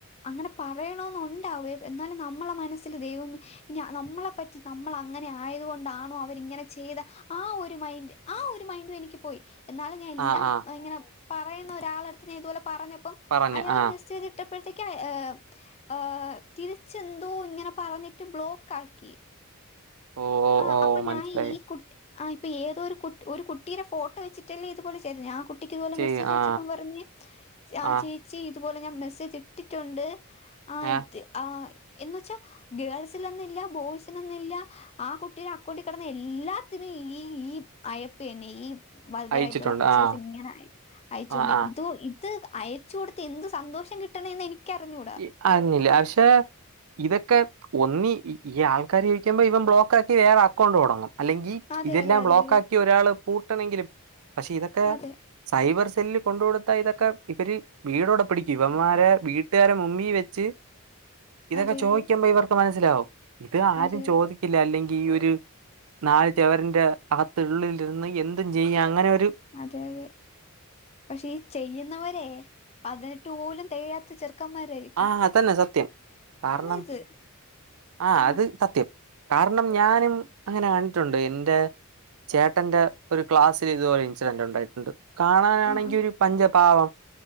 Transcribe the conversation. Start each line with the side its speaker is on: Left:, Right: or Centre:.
Left: അങ്ങനെ പറയണോന്ന് ഉണ്ടാവ്വേ എന്നാലും നമ്മള മനസ്സില് ദൈവമേ ഇനി നമ്മളെ പറ്റി നമ്മൾ അങ്ങനെ ആയതുകൊണ്ടാണോ അവരിങ്ങനെ ചെയ്തെ ആഹ് ഒരു മൈൻഡ് ആഹ് ഒരു മൈൻഡു എനിക്ക് പോയി എന്നാലും ഞാൻ എല്ലാം
Right: ആ ആ
Left: ഇങ്ങനെ പറയുന്ന ഒരാളട്ത്ത് ഞാൻ ഇതുപോലെ പറഞ്ഞപ്പം
Right: പറഞ്ഞു
Left: അയാള്
Right: ആ
Left: മെസ്സേജ് ഇട്ടപ്പഴത്തേക്ക് ഏഹ് ഏഹ് തിരിച്ചെന്തോ ഇങ്ങനെ പറഞ്ഞിട്ട് ബ്ലോക്കാക്കി
Right: ഓ ഓ
Left: ആഹ്
Right: ഓ
Left: അപ്പൊ
Right: മനസ്സിലായി
Left: ഞാന് ഈ കു ആഹ് ഇപ്പൊ ഏതോ ഒരു കുട്ട് ഒരു കുട്ടിയുടെ ഫോട്ടോ വെച്ചിട്ടല്ലെ ഇതുപോലെ ചെയ്തത് ആഹ് കു ട്ടിക്ക് ഇതുപോലെ
Right: ചെയ്യ
Left: മെസ്സേജ് അയച്ചപ്പം
Right: ആ
Left: പറഞ്ഞ് ആഹ്
Right: ആ
Left: ചേച്ചി ഇതുപോലെ ഞാൻ മെസ്സേജ് ഇട്ടിട്ടുണ്ട് ആഹ്
Right: ഏ
Left: ഇട്ട് ആഹ് എന്നുവച്ച ഗേൾസിലൊന്നു ഇല്ല ബോയ്സിനൊന്ന് ഇല്ല ആഹ് കുട്ടിടെ അക്കൗണ്ടി കെടന്ന എല്ലാത്തിനും ഈ ഈ അയപ്പ് തന്നെ ഈ വൾഗറായിട്ടുള്ള
Right: അയച്ചിട്ടുണ്ട്
Left: പിച്ചേഴ്സ്
Right: ആ
Left: ഇങ്ങനെ അയ് അയച്ചോണ്ട്
Right: ആ ആ
Left: ഇതു ഇ ത് അയച്ച് കൊടുത്ത് എന്ത് സന്തോഷം കിട്ട്ണേന്ന് എനിക്കറിഞ്ഞൂട
Right: ഇ അറിഞ്ഞില്ല പക്ഷേ ഇതൊക്കെ ഒന്നി ഈ ആൾക്കാര് ചോയിക്കുമ്പൊ ഇവൻ ബ്ലോക്കാക്കി വേറെ അക്കൗണ്ട് തൊടങ്ങും അല്ലെങ്കി
Left: അതെ
Right: ഇതെല്ലാം
Left: അതെ അതെ
Right: ബ്ലോക്ക്
Left: അതെ
Right: ആക്കി ഒരാള് പൂട്ടാണെങ്കിലും പക്ഷെ ഇതൊക്കേ
Left: അതെ
Right: സൈബർ സെല്ലില് കൊണ്ട് കൊടുത്ത ഇതൊക്കെ ഇവര് വീടോടെ പിടിക്കും ഇവന്മാരെ വീ ട്ട് കാരെ മുന്നി വെച്ച് ഇതൊക്കെ
Left: അതെ
Right: ചോദിക്കുമ്പൊ
Left: അതെ
Right: ഇവർക്ക് മനസ്സിലാവും ഇത് ആരും
Left: അതെ
Right: ചോദിക്കി
Left: അതെ
Right: ല്ല അല്ലെങ്കി ഈ ഒരു നാല് ചൊവരിന്റെ അകത്തുള്ളിലിരുന്ന് എന്തും ചെയ്യാ അങ്ങനെ ഒര്
Left: അതെ അതെ പക്ഷേ ഈ ചെയ്യുന്നവരെ പതിനെട്ട് പോലും തെകയാത്ത ചെറ് ക്കമ്മാരായി
Right: ആഹ് അതന്നെ സത്യം കാര്ണം
Left: ഇത്
Right: ആഹ്
Left: ആ
Right: അത് സത്യം കാര്ണം ഞാനും അങ്ങനെ കണ്ടിട്ടുണ്ട് എന്റെ ചേട്ടന്റെ ഒരു ക്ലാസ്സില് ഇതുപോലെ ഇൻസിഡന്റ് ഉണ്ടായിട്ടുണ്ട് കാണാനാണെങ്കി
Left: ആ ആ
Right: ഒരു പഞ്ചപാവം